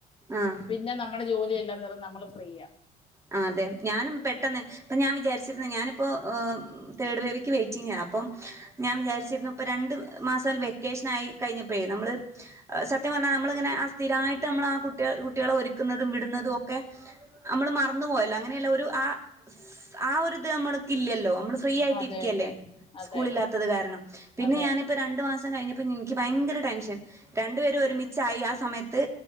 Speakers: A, on the right; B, on the left.
A: ആഹ്
B: പിന്നെ നമ്മുടെ ജോലിെല്ലാം നിറ നമ്മള് ഫ്രീ ആ
A: ആ അതെ ഞാനും പെട്ടെന്ന് ഇപ്പ ഞാൻ വിചാരിച്ചിരുന്ന ഞാനിപ്പോ് തേർഡ് ബേബിക്ക് വെയിറ്റിംഗ് അപ്പ ഞാൻ വിചാരിച്ചിരുന്നു ഇ രണ്ട് മാസ വെക്കേഷൻ ആയി കഴിഞ്ഞപ്പോഴ നമ്മള് സത്യം സത്യം പറഞ്ഞാൽ നമ്മളിങ്ങനെ ആ സ്ഥിരമായിട്ട് നമ്മൾ ആ കുട്ട കുട്ടികളെ ഒരുക്കുന്നതും വിടുന്നതും ഒക്കെ നമ്മൾ മറക്കും ന്ന പോയല്ലോ അങ്ങനെയല്ല ഒരു ആ ആരിത് നമ്മൾക്ക് ഇല്ലല്ലോ നമ്മള് ഫ്രീ ആയിട്ട്
B: അതെ
A: ഇരിക്കല്ലേ
B: അതെ അതെ
A: സ്കൂള ഇില്ലാത്തത് കാരണം പിന്നെ
B: അതെ
A: ഞാനിപ്പോ രണ്ടു മാസം കഴിഞ്ഞപ്പോ എനിക്ക് ഭയങ്കര ടെൻഷൻ രണ്ട് രണ്ടുപേരും ഒരുമിച്ചായി ആ സമയത്ത്